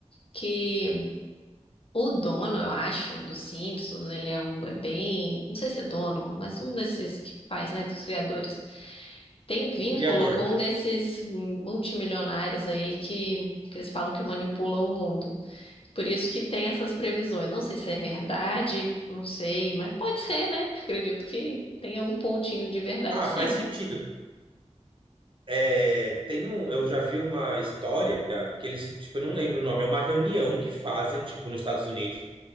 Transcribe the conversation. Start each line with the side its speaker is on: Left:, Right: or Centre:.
Left: que o dono, eu acho, dos Simpsons, ele é, um, é bem. Não sei se é dono, mas um desses que faz, né, dos criadores. Tem vínculo
Right: o criador.
Left: com um desses multimilionários aí que, que eles falam que manipulam o mundo. Por isso que tem essas previsões. Não sei se é verdade, não sei, mas pode ser, né? Acredito que tenha um pontinho de verdade,
Right: Ah,
Left: sim.
Right: faz sentido. É, tem um, eu já vi uma história que eles, tipo, eu não lembro o nome, é uma reunião que fazem, tipo, nos Estados Unidos